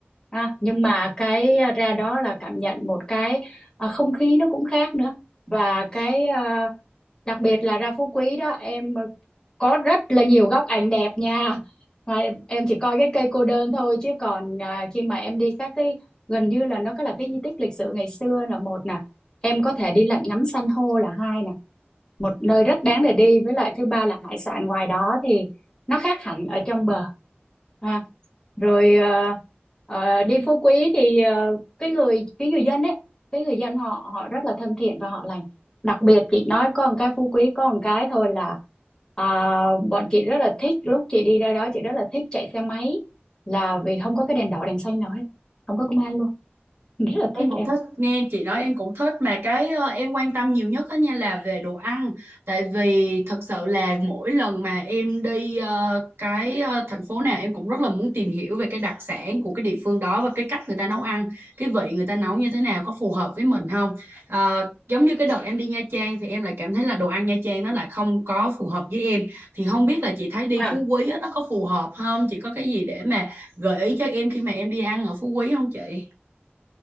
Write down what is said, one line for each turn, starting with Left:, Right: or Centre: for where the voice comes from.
Left: À, nhưng mà cái à, ra đó là cảm nhận một cái à, không khí nó cũng khác nữa và cái à, đặc biệt là ra Phú Quý đó em có rất là nhiều góc ảnh đẹp nha mà em, em chỉ coi cái cây cô đơn thôi chứ còn à, khi mà em đi các cái gần như là nó có là cái di tích lịch sử ngày xưa là một nè em có thể đi lặn ngắm san hô là hai nè một nơi rất đáng để đi với lại thứ ba là hải sản ngoài đó thì nó khác hẳn ở trong bờ ha rồi ờ, ờ, đi Phú Quý thì ờ, cái người cái người dân ấy cái người dân họ họ rất là thân thiện và họ lành đặc biệt chị nói có một cái Phú Quý có một cái thôi là à, bọn chị rất là thích lúc chị đi ra đó chị rất là thích chạy xe máy là vì không có cái đèn đỏ đèn xanh nào hết không có công an luôn rất là thích
Right: Em cũng thích nghe chị nói em cũng thích mà cái ờ, em quan tâm nhiều nhất đó nha là về đồ ăn tại vì thật sự là mỗi lần mà em đi ờ, cái ờ, thành phố nào em cũng rất là muốn tìm hiểu về cái đặc sản của cái địa phương đó và cái cách người ta nấu ăn cái vị người ta nấu như thế nào có phù hợp với mình không Ờ, giống như cái đợt em đi Nha Trang thì em lại cảm thấy là đồ ăn Nha Trang nó lại không có phù hợp với em thì không biết là chị thấy đi
Left: em
Right: Phú Quý á, nó có phù hợp không chị có cái gì để mà gợi ý cho em khi mà em đi ăn ở Phú Quý không chị